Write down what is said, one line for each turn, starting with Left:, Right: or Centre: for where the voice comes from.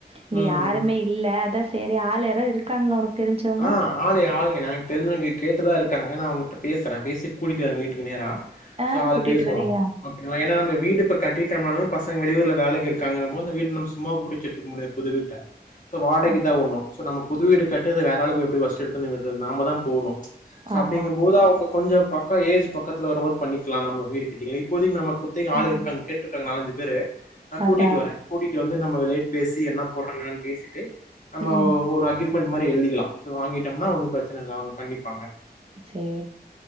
Right: இங்க
Left: ம்
Right: யாருமே
Left: ம்
Right: இ இல்ல அதா செரி ஆள் யாரோ இருக்காங்ளா உனக் தெரிஞ்சவங்க
Left: ஆ ஆளு ஆளுங்க எனக்கு தெரிஞ்சவங்க கேட்டுதா இருக்காங்க நா அவுங்கள்ட்ட பேசறே பேசி கூட்டிட்டு வர வீட்டுக்கு நேரா
Right: ஆ
Left: சோ அது
Right: கூட்டிட்டு
Left: பேசுவோ
Right: வரியா?
Left: ங்களா ஏன்னா நம்ம வீடு இப்ப கட்டிட்டம்னால பசங்க வெளியூர்ல வேலைக்கு இருக்காங்கன்னும்மோ அந்த வீட்டு நம் சும்மா புடிச்சிட்டுருக்க முடியாது புது வீட்ட சோ வாடைக்குதாவுட்னு
Right: ஆ,
Left: சோ நம்ம புது வீடு கட்றத வேறாளுக்கு எப்டி ஃபர்ஸ்ட் எடுத்தவுட்னே விட்ரது நாமதா போணு சோ
Right: ஆமா.
Left: அப்டிங்கம் போதுஅவுங்க கொஞ்சோ பக்கோ ஏஜ் பக்கத்துல வரும்போது பண்ணிக்கலா நம்ம வீடு கிட்டியே இப்போதைக்கு நம்ம ஆள்
Right: ம்.
Left: இருக்காங்க கேட்டு இருக்காங்க நாலஞ்சு பேரு நா
Right: அதான்.
Left: கூட்டிட்டு வர கூட்டிகிட்டு வந்து நம்மலேட் பேசி என்னா போட்றாங்கன்னு பேசிட்டு நம்ம
Right: ம்.
Left: ஒ ஒரு அக்ரிமெண்ட் மாரி எழ்திக்கலா சோ வாங்கிட்டம்னா ஒன்னு பிரச்சன இல்ல அவுங்க பண்ணிப்பாங்க
Right: சரி.